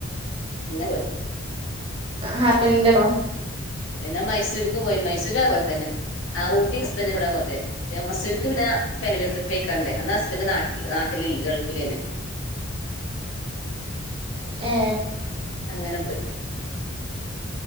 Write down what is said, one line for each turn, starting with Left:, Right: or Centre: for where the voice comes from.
Left: അങ്ങെ പോയി
Right: ഹാ പിന്റെ
Left: പിന്നെ മൈസൂർക്കും പോയിന് മൈസൂ സൂരും അത് പോൽ തന്നെ ആ ഊട്ടി ഹസ്ബൻ്റൻ്റെ കൂടെ മറ്റേ മൈസൂർക്ക് പിന്നെ ഫാമിലി ട്രി പായികാണ്ടേ അന്ന് ഹസ്ബൻ്റ് നാട്ട നാട്ടിലില്ല ഗൾഫിലേയ്ന്
Right: ഏ
Left: അങ്ങനെ പോയി